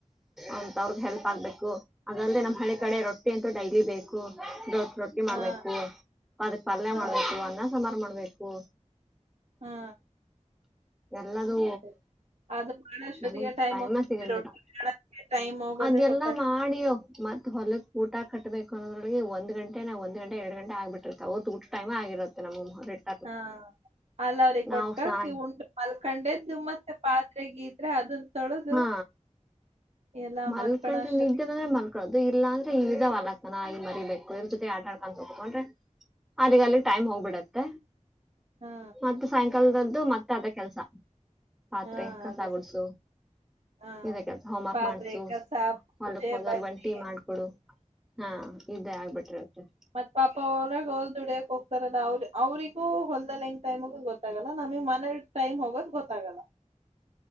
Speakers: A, in the centre; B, on the right.
A: ಅಂತ ಅವ್ರಗ್ ಹೆಲ್ಪ್ ಆಗ್ಬೇಕು ಹಾಂಗದ್ರೆ ನಮ್ ಹಳ್ಳಿ
B: ಹಾ
A: ಕಡೆ ರೊಟ್ಟಿ ಅಂತೂ ಡೈಲಿ ಬೇಕು ರೋಟ್ ರೊಟ್ಟಿ ಮಾಡ್ಬೇಕು
B: ಹಾ
A: ಅದಕ್ ಪಲ್ಯ
B: ಹಾ
A: ಮಾಡ್ಬೇಕು ಅನ್ನ ಸಾಂಬಾರ್ ಮಾಡ್ಬೇಕು
B: ಹಾ
A: ಎಲ್ಲದೂ
B: ಅದೇ ಅದ್ ಮಾಡಷ್ಟೊತ್ತಿಗೆ
A: ನಮ್ಗ ಟೈಂ
B: ಹೋಗ್ತೇತಿ
A: ಸಿಗಂಗಿಲ್ಲ
B: ರೊಟ್ಟಿ ಮಾಡಕ್ಕೆ ಹೋಗೋದೇ
A: ಅದ ಎಲ್ಲಾ
B: ಗೊತ್ತಾಗಲ್ಲ
A: ಮಾಡಿಯೋ ಮತ್ ಹೊಲಕ್ ಊಟ ಕಟ್ಟಬೇಕು ಅನ್ನೋರಳ ಒಂದು ಗಂಟೆ ನಾ ಒಂದ್ ಗಂಟರ ಎರಡ್ ಗಂಟೆ ಆಗ್ಬಿಟ್ಟಿರ್ತೆ ಅವ ಊಟ ಟೈಮ್ ಆಗಿರತ್ತೆ <unintelligible>
B: ಹಾ ಅಲ್ಲ ಅವ್ರಿಗೆ
A: ನಾವ್
B: ಕೊಟ್ ಕಳ್ಸ
A: ಸ್ನಾನ
B: ನೀ ಉಂಡು ಮಲ್ಕೊಂಡೇದ್ದು ಮತ್ತೆ ಪಾತ್ರೆಗೀ ಇದ್ರೆ ಅದನ್ ತೊಳ್ದು
A: ಹಾ
B: ಎಲ್ಲಾ
A: ಮಲ್ಕಟ್ರೆ
B: ಮಲ್ಕಣ ಅಷ್ಟೊತ್ತಿಗೆ
A: ನಿದ್ದೆ ಅಂದ್ರೆ ಮಲ್ ಅದು ಇಲ್ಲಾಂದ್ರೆ ಈದವಲಕ್ಕ ನಾಯಿ ಮರಿಬೆಕ್ಕು ಇದ್ರ ಜೊತೆ ಆಟ ಆಡ್ಕೊಂಡ ಕೂತಗೊಂಡ್ರೆ ಅಲ್ಲಿಗ್ ಅಲ್ಲಿಗ್ ಟೈಮ್ ಹೋಗ್ಬಿಡತ್ತ
B: ಹಾ
A: ಮತ್ತ ಸಾಯಂಕಾಲದದ್ದು ಮತ್ತೆ ಅದ ಕೆಲ್ಸ ಪಾತ್ರೆ
B: ಹಾ
A: ಕಸ
B: ಅದೇ
A: ಗುಡ್ಸು
B: ಹಾ
A: ಇದ ಕೆಲ್ಸ ಹೋಮ್ ವರ್ಕ್
B: ಪಾತ್ರೆ
A: ಮಾಡ್ಸು
B: ಕಸ ಪೂಜೆ
A: ಹೊಲಕ್ ಹೋದವ್ರಿಗೆ
B: ಬಟ್ಟಿ
A: ಒನ ಟಿ ಮಾಡಕೊಡು ಹಾ ಇದೇ ಆಗ್ಬಿಟ್ರತ್ತೆ
B: ಮತ್ ಪಾಪ ಹೊರಗ ಅವ್ರ ದುಡಿಯಕ್ ಹೋಗ್ತಾರಲ ಅವ್ರ ಅವ್ರಿಗೂ ಹೊಲ್ದದಲ್ಲಿ ಹೆಂಗ್ ಟೈಮ ಹೋಗುತ್ತ ಗೊತ್ತಾಗಲ್ಲ ನಮಗ್ ಮನೆಲಿ ಟೈಮ್ ಹೋಗೋದ ಗೊತ್ತಾಗಲ್ಲ
A: <inaudible>